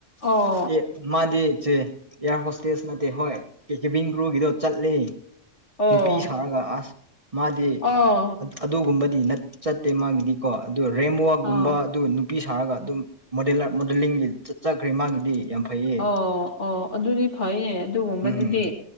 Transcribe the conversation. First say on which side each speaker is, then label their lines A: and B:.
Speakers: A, on the left; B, on the right.
A: ꯑꯣ
B: ꯑꯦ ꯃꯥꯗꯤ ꯏꯆꯦ ꯏꯌꯥꯔ ꯍꯣꯁꯇꯦꯁ ꯅꯠꯇꯦ ꯍꯣꯏ ꯀꯦꯕꯤꯟ ꯀ꯭ꯔꯨꯒꯤꯗꯣ ꯆꯠꯂꯦ
A: ꯑꯣ
B: ꯅꯨꯄꯤ ꯁꯥꯔꯒ ꯑꯁ ꯃꯥꯗꯤ
A: ꯑꯣ
B: ꯑꯗꯨꯒꯨꯝꯕꯗꯤ ꯆꯠꯇꯦ ꯃꯥꯒꯤꯗꯤꯀꯣ ꯑꯗꯨ ꯔꯦꯝꯕꯋꯥꯒꯨꯝꯕ
A: ꯑꯥ
B: ꯑꯗꯨ ꯅꯨꯄꯤ ꯁꯥꯔꯒ ꯑꯗꯨꯝ ꯃꯣꯗꯂ ꯃꯣꯗꯦꯂꯤꯡꯒꯤ ꯆꯠ ꯆꯈ꯭ꯔꯦ ꯃꯥꯒꯤꯗꯤ ꯌꯥꯝ ꯐꯩꯌꯦ
A: ꯑꯣ ꯑꯣ ꯑꯗꯨꯗꯤ ꯐꯩꯅꯦ ꯑꯗꯨꯒꯨꯝꯕꯗꯨꯗꯤ
B: ꯎꯝ